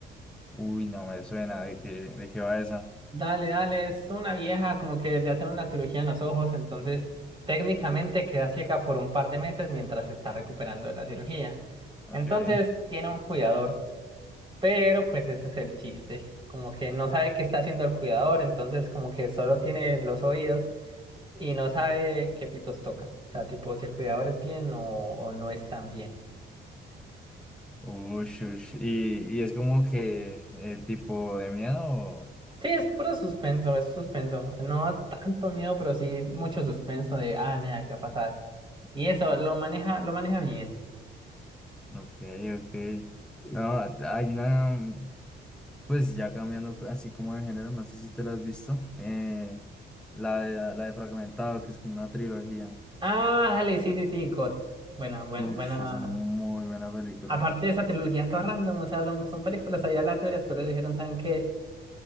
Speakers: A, in the centre; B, on the right.
A: Uy, no me suena, ¿de qué, de qué va esa?
B: Dale, dale, es una vieja como que le hacen una cirugía en los ojos, entonces técnicamente queda ciega por un par de meses mientras se está recuperando de la cirugía.
A: Ok.
B: Entonces tiene un cuidador, pero pues ese es el chiste, como que no sabe qué está haciendo el cuidador, entonces como que solo tiene los oídos y no sabe qué pitos toca. O sea, tipo si el cuidador es bien o, o no es tan bien.
A: Ush, ush. ¿Y, y es como que el tipo de miedo? o-
B: Sí, es puro suspenso, es suspenso. No da tanto miedo, pero sí mucho suspenso de, ah, nada, ¿qué va a pasar? Y eso, lo maneja, lo maneja bien.
A: Ok, ok. No, hay una, pues ya cambiando así como de género, no sé si te la has visto. eh, la de, la de Fragmentado, que es como una trilogía.
B: Ah, dale, sí, sí, sí, God. Buena, buena,
A: Uf,
B: buena.
A: es muy buena película.
B: Aparte de esa trilogía, toda random, o sea, son, son películas allá aleatorias que le dijeron, ¿saben qué?